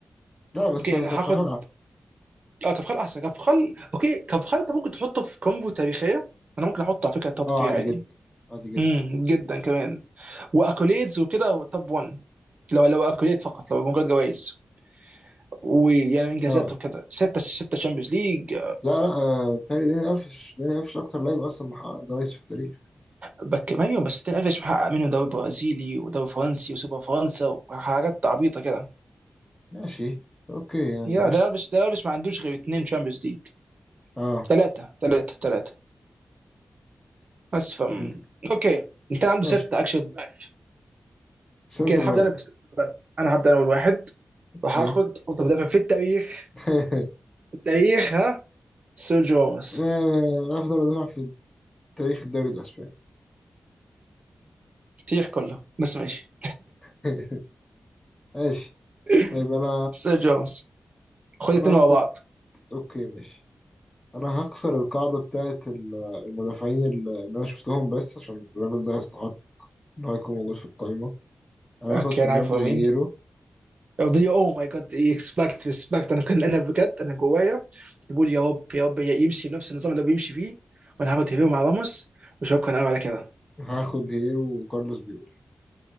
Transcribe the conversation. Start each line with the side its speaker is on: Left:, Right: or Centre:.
Left: لا بس
Right: اوكي
Left: كارفاخال
Right: انا هاخد
Left: احسن
Right: اه كفخال احسن كفخال اوكي كفخال انت ممكن تحطه في كومبو تاريخيه انا ممكن احطه على فكره توب
Left: اه
Right: 3
Left: عادي
Right: عادي
Left: جدا عادي جدا
Right: امم جدا كمان واكوليدز وكده توب 1 لو لو اكوليد فقط لو مجرد جوائز ويعني انجازاته
Left: اه
Right: كده ستة ستة شامبيونز ليج
Left: لا لا آه، بيتهيألي داني الفيش داني الفيش اكتر لعيب اصلا محقق جوايز في التاريخ
Right: بك ايوه بس تنقفش محقق منهم دوري برازيلي ودوري فرنسي وسوبر فرنسا وحاجات عبيطه كده
Left: ماشي اوكي يعني
Right: يا
Left: قشطة
Right: ده لابس ده لابس ما عندوش غير اتنين شامبيونز ليج
Left: اه
Right: ثلاثة ثلاثة ثلاثة بس فم
Left: مم.
Right: اوكي انت عندك
Left: ماشي
Right: ستة اكشن ضعف
Left: سنتر
Right: اوكي انا
Left: باك
Right: هبدأ انا بس انا هبدأ انا اول واحد
Left: اوكي
Right: وهاخد افضل مدافع في التاريخ
Left: <laughs>
Right: في التاريخ ها سيرجيو راموس
Left: آه، افضل مدافع في تاريخ الدوري الاسباني
Right: التاريخ كله بس ماشي
Left: <laughs> ماشي
Right: <laughs>
Left: طيب انا
Right: سيرجيو راموس خد
Left: انا
Right: اتنين
Left: هاخد
Right: ورا بعض
Left: اوكي ماشي انا هكسر القاعدة بتاعت ال- المدافعين ال- اللي انا شفتهم بس عشان الراجل ده يستحق ان هو يكون موجود في القايمة انا
Right: اوكي
Left: هاخد فرناندو
Right: انا عارف هو
Left: هيرو
Right: مين اوه ماي جاد اكسبكت ريسبكت انا كان انا بجد انا جوايا بقول يا رب يا رب يمشي بنفس النظام اللي هو بيمشي فيه وانا هاخد هيرو مع راموس وشكرا قوي على كده
Left: هاخد هيرو وكارلوس بيول